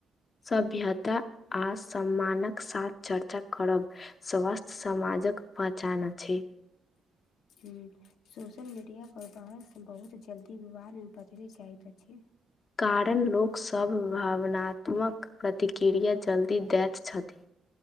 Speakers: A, on the left; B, on the left.
A: सभ्यता आ सम्मानक साथ चर्चा करब स्वस्थ समाजक पहचान अछि।
B: हूँ। सोशल मीडिया पर बात बहुत जल्दी विवाद मे बदलि जाइत अछि।
A: कारण लोकसभ भावनात्मक प्रतिक्रिया जल्दी दैत छथि।